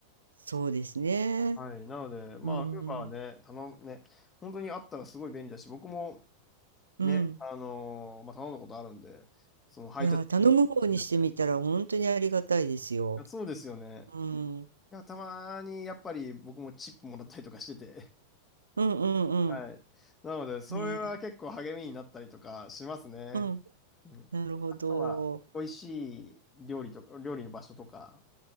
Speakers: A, on the right; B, on the left.
A: そうですね。
B: はい。なので、まあ、
A: うん。
B: ウーバーはね、頼む、ね、本当にあったらすごい便利だし、僕も
A: うん。
B: ね、あのーまあ、頼んだことあるんで、その配達員が気になって。
A: いやー、頼む方にしてみたら本当にありがたいですよ。
B: いやそうですよね。
A: うん。うん
B: いや、たまにやっぱり僕もチップもらったりとかしてて、
A: うんうん。
B: はい。なので、それは結構励みになったりとかしますね。
A: ねえ。うん。
B: うん。
A: なるほど。
B: あとは、美味しい料理とか、料理の場所とか、